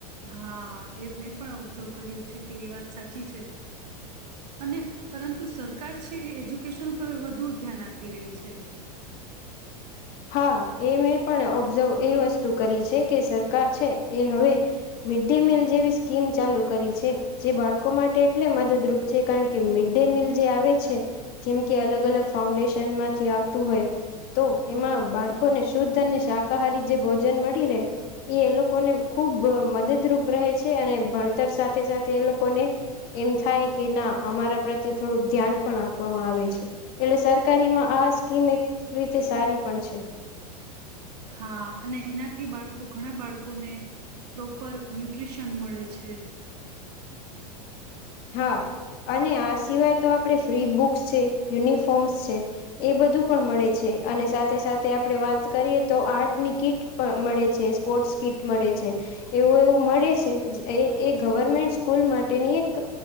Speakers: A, on the right; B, on the left.
A: હા એ મેં પણ ઓબ્ઝર્વ કર્યું છે. કે એ વાત સાચી છે. અને પરંતુ સરકાર છે. એ એજ્યુકેશન પરર વધુ ધ્યાન આપી રહી છે.
B: હા એ મેં પણ ઓબ્ઝર્વ એ વસ્તુ કરી છે. કે સરકાર છે એ હવે મિડ ડે મિલ જેવી સ્કીમ ચાલુ કરી છે. જે બાળકો માટે એટલે મદદરૂપ છે કારણ કે મિડ ડે મિલ જે આવે છે. જેમ કે અલગ અલગ ફાઉન્ડેશનમાંથી આવતું હોય. એમાં
A: હ હ
B: બાળ લોકોને શુદ્ધ અને શાકાહારી જે ભોજન મળી રહે એ એ લોકોને ખુબ મદદરૂપ રહે છે. અને ભણતર સાથે સાથે એ લોકોને એમ થાય. કે ના અમારા પ્રત્યે થોડુંક ધ્યાન પણ આપવામાં આવે છે. એટલે સરકારીમાં આ સ્કીમ એક રીતે સારી. પણ છે.
A: હા અને એનાથી બાળકો ઘણા બાળકોને પ્રોપર ન્યુટ્રીશન મળે છે.
B: હા અને આ સિવાય તો આપણે ફ્રી બુક્સ છે. યુનિફોર્મ્સ છે એ બધું પણ મળે છે અને સાથે સાથે આપણે વાત કરીએ તો આર્ટની કીટ પણ મળે છે. સ્પોર્ટ્સ કીટ મળે છે એવું એવું મળે છે. એ એ ગવર્મેન્ટ સ્કૂલ માટેની એક એક